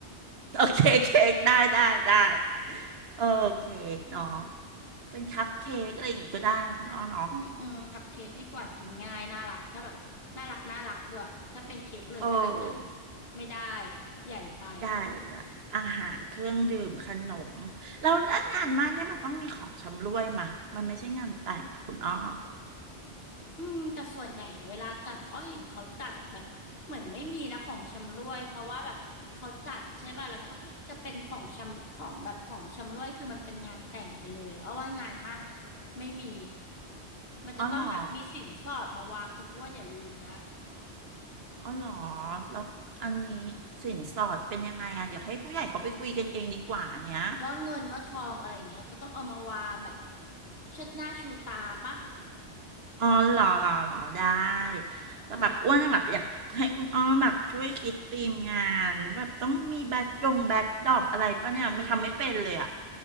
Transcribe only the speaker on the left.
อืมอืมคัพเค้กดีกว่ากินง่ายน่ารักถ้าแบบน่ารักน่ารักด้วยถ้าเป็นเค้กเลยก็อาจจะ
ไม่ได้ใหญ่ไป
อืมแต่ส่วนใหญ่อะเวลาจัดอ้อยเห็นเขาจัดแบบเหมือนไม่มีนะของชำร่วยเพราะว่าแบบเขาจัดใช่ป่ะแล้วก็จะเป็นของชำของแบบของชำร่วยคือมันเป็นงานแต่งไปเลยเอาว่างานมั่นอะไม่มีมันจะต้องแบบมีสินสอดมาวางคุณอ้วนอย่าลืมนะ
ว่าเงินว่าทองอะไรอย่างเงี้ยแล้วก็ต้องเอามาวางแบบเชิดหน้าชูตาปะ
ใช่ มีก็